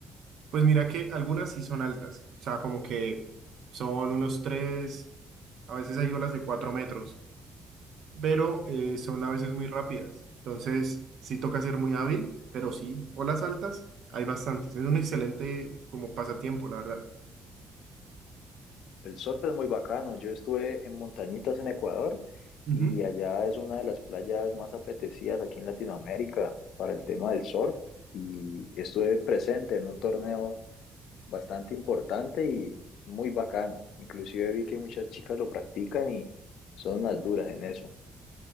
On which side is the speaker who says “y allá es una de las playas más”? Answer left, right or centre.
Left